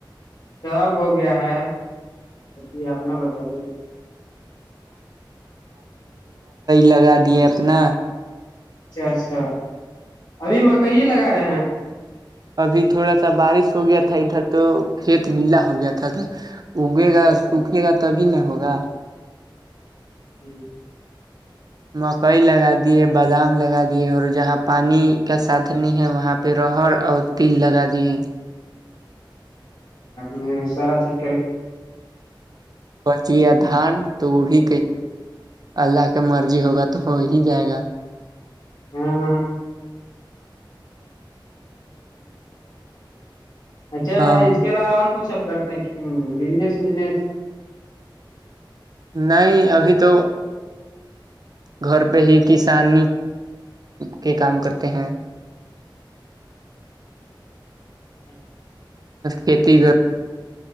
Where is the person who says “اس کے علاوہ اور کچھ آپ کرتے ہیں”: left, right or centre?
Left